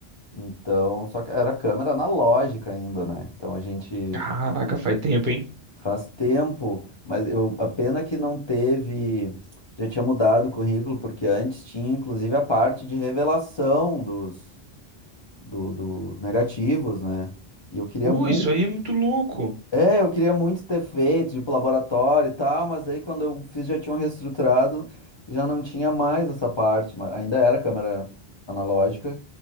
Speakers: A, on the left (about 35°); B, on the right (about 55°).
A: Então, só que era câmera analógica ainda, né? Então a gente
B: Caraca, faz tempo, hein?
A: faz tempo, mas eu, a pena que não teve, já tinha mudado o currículo, porque antes tinha inclusive a parte de revelação dos, do- dos negativos, né? E eu queria
B: Pô,
A: muito
B: isso aí é muito louco.
A: é, eu queria muito ter feito, tipo, laboratório e tal, mas aí quando eu fiz já tinham reestruturado, já não tinha mais essa parte, mas ainda era câmera analógica.